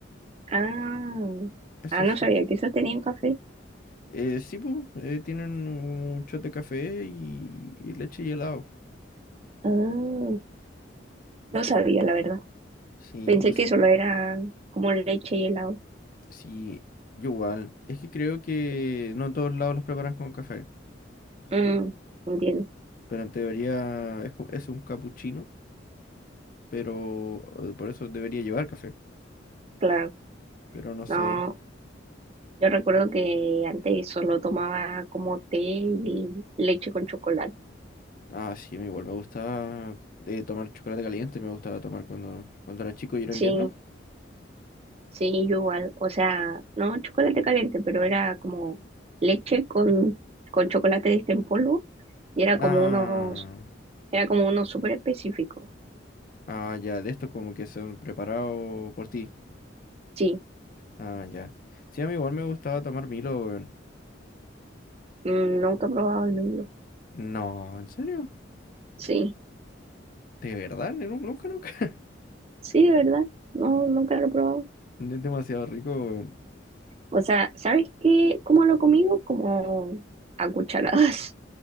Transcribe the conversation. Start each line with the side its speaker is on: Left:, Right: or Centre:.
Right: Ah,
Left: Eso
Right: ah, no
Left: sí.
Right: sabía que esos tenían café.
Left: Eh, sí, pues, eh, tienen un shot de café y, y leche y helado.
Right: Ah, no sabía, la verdad.
Left: Sí,
Right: Pensé
Left: o s-
Right: que solo era como leche y helado.
Left: sí, yo igual. Es que creo que no en todos lados los preparan con café,
Right: Mm, entiendo,
Left: pero en teoría es, co- es un capuchino, pero eh, por eso debería llevar café,
Right: claro.
Left: pero no sé.
Right: No, yo recuerdo que antes solo tomaba como té y leche con chocolate.
Left: Ah, sí, a mí igual me gusta eh, tomar chocolate caliente, me gustaba tomar cuando, cuando era chico y era invierno.
Right: Sí, Sí, yo igual, o sea, no chocolate caliente, pero era como leche con, con chocolate de este en polvo y era
Left: Ah,
Right: como unos, era como uno súper específico.
Left: ah, ya, de estos como que son preparados por ti.
Right: Sí,
Left: Ah, ya. Sí, a mí igual me gustaba tomar Milo, weón.
Right: mm, nunca he probado el Milo.
Left: No, ¿en serio?
Right: Sí,
Left: ¿De verdad? Ni- Nunca, nunca. <laughs>
Right: sí, de verdad, no, nunca lo he probado.
Left: Es demasiado rico, weón.
Right: O sea, ¿sabes qué? ¿Cómo lo he comido? Como a cucharadas,